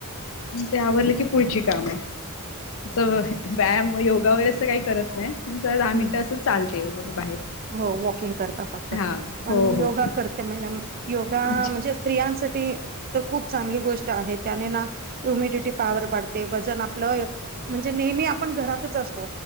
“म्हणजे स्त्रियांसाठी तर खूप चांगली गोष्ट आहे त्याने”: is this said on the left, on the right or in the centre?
Right